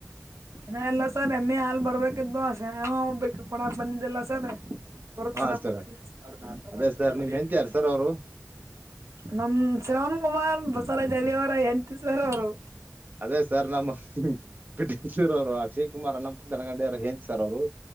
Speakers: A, on the right; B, on the right.
A: ಇ ಎಲ್ಲ ಸರ್ ಎಮ್ಮೆ ಹಾಲ್ ಬರ್ಬೇಕಿದ್ದುೆಾವ ಬ ಕೊಡಕ್ ಬಂದಿದ್ದಲ್ಲ ಸರ್ ಬರ್ತಾನ
B: ಹಾ ಸರ್
A: ಕೂತ ಅವ್ರು ನಾಶ
B: ಅದೇ
A: ಮಾಡ್ತಿರ್ತಾರಲ್ಲಮಗೆ
B: ಸರ್ ನಿಮ್ ಹೆಂಡ್ತಿ ಯಾರ್ ಸರ್ ಅವರು
A: ನಮ್ ಶ್ರವಣ್ ಕುಮಾರ್ ಬಸವರಾಜ್ಳ್ಳಿಯ ಅವರ ಎಂತ ಸರ ಅವರು
B: ಅದೇ ಸರ್ ನಮ್ಮ ಕಟೂರ್ ಅವರು ಅಕ್ಷಯ್ ಕುಮಾರ್ ಅನ್ನ ಜನಗಂಡಾರ ಹೆಂತ ಸರ್ ಅವ್ರು